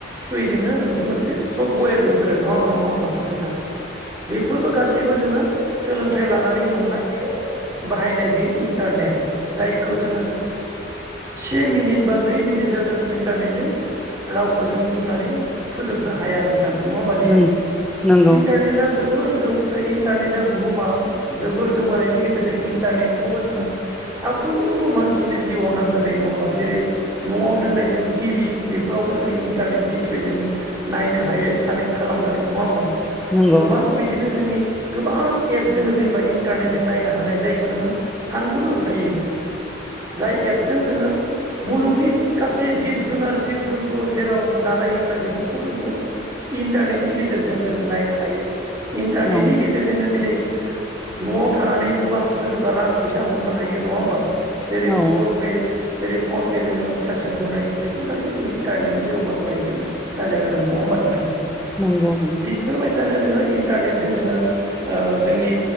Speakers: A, on the right; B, in the centre.
A: थ्रु नो मोनसे मोनसे सफ्टवेर बेफोरो नङा हा नङा हबा नोंथां बेफोरबो गासै गास जोङो सोलोंथाइ लानानै मोननाय बियो बाहायनाय बियो इन्टारनेट जायखौ ज ज इन्टारनेटनि रावखौ जों बुंनानै फोजोबनो हाया नों नोंथां नडा होनबा दिनै
B: नंगौ
A: इनटारनेटा जोबोर जोबोर जौ इन्टारनेटा बुहुमा जोबोर जौगानायनि गेजेरजों इन्टारनेटखौबो जोङो साफ्रोमनोबो मानसिनो जिउआव नांगौ जायो नङा होमबा जेरै न'आव दोननाय जोंङ टिभि बेफोरावबो जोङो इन्टारनेटनि थ्रुय जों नायनो हायो कानेक्ट खालामनानै नङा होमबा
B: नंगौ
A: गोबां
B: नंगौ
A: बिदिनो जोंनि गोबां एप्स दङ जेनेबा इन्टारनेटजों नायनो हानाय जायखौ नोङो सानग'नो हायो जाय एपजों जोङो मुलुगनि गासै जिब जुनार जिब जुनार जेराव जानाय लोंनाय बेफोरखौबो जोङो इन्टारनेटनि गेजेरजों जों नायनो हायो इन्टारनेटनि
B: औ
A: गेजेरजोंनो दिनै न'आव थानानै गोबां सोरनोबा रां फैसा हरनो हायो नङा होमबा
B: औ
A: जेरै गुगोल पे जेरै फन पे जों नोङो फैसा सोंहरनाय बेफोर गासैखौ इन्टारनेटनि जौगानायजों जादों आरो नङा होमबा नोंथां
B: नंगौ नोंथां
A: बेफोरबायसानो जोङो इन्टारनेट जजों जोङो जोंनि